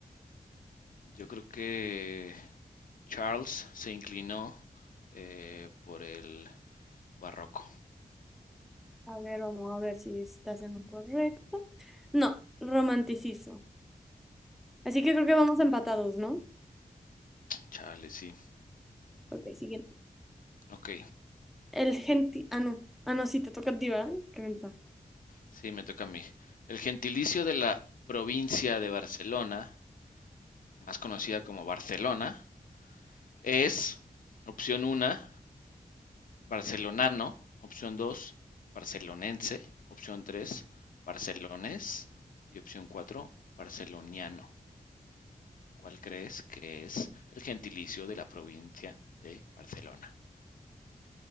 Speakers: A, on the left; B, in the centre.
A: Yo creo que Charles se inclinó eh, por el barroco.
B: A ver, vamos a ver si estás en lo correcto. No, romanticismo. Así que creo que vamos empatados, ¿no?
A: Chale, sí.
B: Ok, siguiente.
A: Ok,
B: El genti... Ah, no. Ah, no, sí, te toca a ti, ¿verdad? Qué ventaja.
A: sí, me toca a mí. El gentilicio de la provincia de Barcelona, más conocida como Barcelona, es opción 1, barcelonano, opción 2, barcelonense, opción 3, barcelones y opción 4, barceloniano. ¿Cuál crees que es el gentilicio de la provincia de Barcelona?